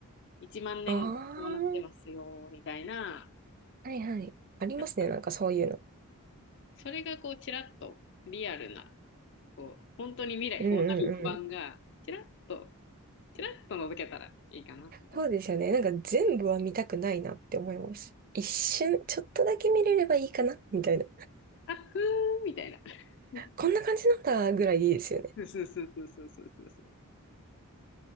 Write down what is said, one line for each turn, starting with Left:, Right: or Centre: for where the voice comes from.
Left: 1万年後こうなってますよ、
Right: ああ、
Left: みたいな、
Right: はいはい。ありますね、
Left: なんか、
Right: なんかそういうの。
Left: それがこう、ちらっとリアルな、こう、本当に未来こうなる予感が、
Right: うんうん
Left: ちらっと、ちらっと覗けたらいいかなって感じです。
Right: そうですよね。なんか全部は見たくないなって思います。一瞬、ちょっとだけ見れればいいかなみたいな。
Left: あ、ふーんみたいな。<laughs>
Right: こんな感じなんだぐらいでいいですよね。
Left: そうそうそうそうそうそうそう。